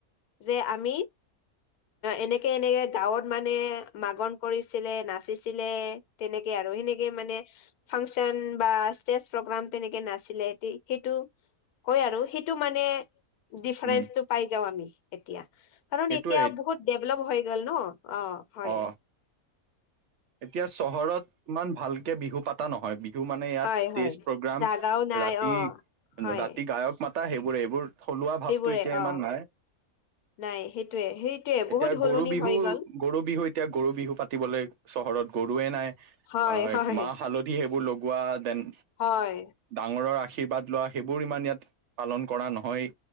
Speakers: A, on the left; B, on the right.
A: যে আমি এনেকে এনেকে গাঁওত মানে মাগন কৰিছিলে, ন নচিছিলে তেনেকে আৰু সেনেকে মানে ফাংচন বা ষ্টেজ প্ৰগ্ৰাম তেনেকে নাছিলে এ সেইটো আৰু সেইটো মানে ডিফাৰেন্ঞ্চটো
B: উম
A: পাই যাওঁ আমি এতিয়া, কাৰণ
B: সেইটোৱে
A: এতিয়া বহুত ডেভলপ হৈ গল ন অ। হয়
B: অ। এতিয়া চহৰত ইমান ভালকে বিহু পাতা নহয়। বি বিহু মানে ইয়াত
A: হয়
B: ষ্টেজ
A: হয়
B: প্ৰগ্ৰাম
A: জাগাও নাই
B: ৰাতি
A: অ হয়
B: ৰাতি গায়ক মাতা সেইবোৰে এইবোৰ থলুৱা ভাৱটো
A: সেইবোৰে
B: এতিয়া ইমান
A: অ
B: নাই।
A: নাই সেইটোৱে সেইটোৱে বহুত
B: এতিয়া
A: সলনি
B: গৰু বিহু
A: হৈ গ'ল
B: গৰু বিহু এতিয়া গৰু বিহু পাতিবলৈ চহৰত গৰুৱে নাই।
A: হয়
B: আহ
A: হয়
B: মাহ হালধি দি সেইবোৰ লগোৱা দেন
A: হয়।
B: ডাঙৰৰ আশীৰ্বাদ লোৱা সেইবোৰ ইমান ইয়াত পালন কৰা নহয়।